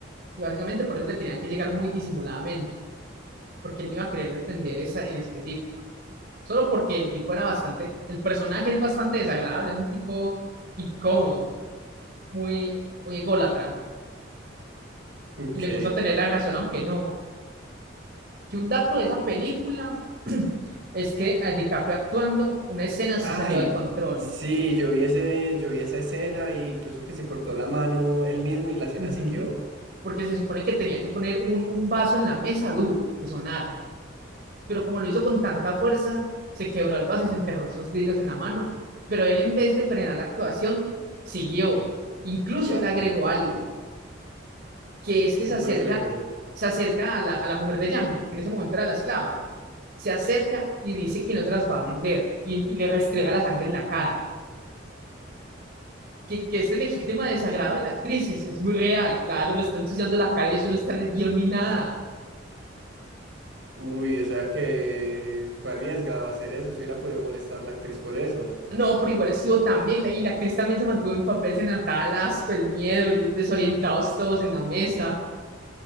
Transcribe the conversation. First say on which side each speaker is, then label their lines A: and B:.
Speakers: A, on the right; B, on the right.
A: Y básicamente por eso le tenían que llegar muy disimuladamente, porque él no iba a quererles vender esa en específico. Solo porque el tipo era bastante, el personaje es bastante desagradable, es un tipo incómodo, muy, muy ególatra
B: <laughs>
A: y
B: que
A: le gusta tener la razón aunque no. Que un dato de esa película <clears throat> es que a DiCaprio actuando, una escena se
B: Ay,
A: salió de control.
B: sí, yo vi ese, yo vi esa escena y incluso que se cortó la mano él mismo y la escena
A: Ujú.
B: siguió.
A: Porque se supone que tenía que poner un, un vaso en la mesa duro, que sonara. Pero como lo hizo con tanta fuerza, se quebró el vaso y se enterró esos vidrios en la mano. Pero él en vez de frenar la actuación, siguió. Incluso
B: Y ah,
A: le agregó algo que es que
B: ¿qué
A: se acerca,
B: fue lo que le agregó?
A: se acerca a la, a la mujer de Django, que en ese momento era la esclava, se acerca y dice que no se las va a vender y, y le restriega la sangre en la cara. Que, que ese legítimo desagrado de la actriz es, es muy real, claro, le está ensuciando la cara y eso no está en el guión ni nada.
B: Uy, o sea que fue arriesgado hacer eso, si hubiera podido molestar la actriz por eso.
A: No, pero igual estuvo también, y la actriz también se mantuvo en papel, se notaba el asco, el miedo, desorientados todos en la mesa,